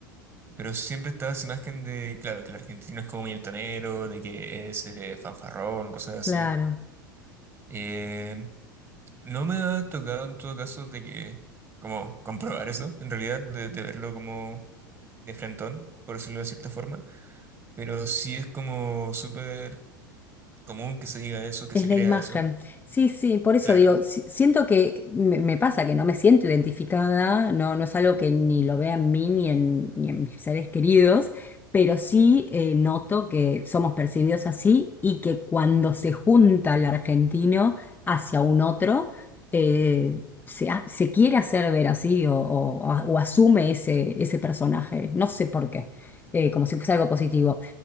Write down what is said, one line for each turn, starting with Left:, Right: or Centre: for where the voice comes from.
Right: Pero siempre estaba esa imagen de, claro, que el argentino es como muy altanero, de que es eh, fanfarrón, cosas así.
Left: Claro.
Right: Eh, no me ha tocado en todo caso de que, como, <laughs> comprobar eso, en realidad, de, de verlo como de frentón, por decirlo de cierta forma. Pero sí es como súper común que se diga eso, que
Left: Es
Right: se
Left: la
Right: crea
Left: imagen.
Right: eso.
Left: Sí, sí, por eso
Right: Claro,
Left: digo, si- siento que me, me pasa que no me siento identificada, no, no es algo que ni lo vea en mí ni en, ni en mis seres queridos, pero sí eh, noto que somos percibidos así y que cuando se junta el argentino hacia un otro, eh, se, ha- se quiere hacer ver así o, o- o asume ese, ese personaje. No sé por qué, eh, como si fuese algo positivo.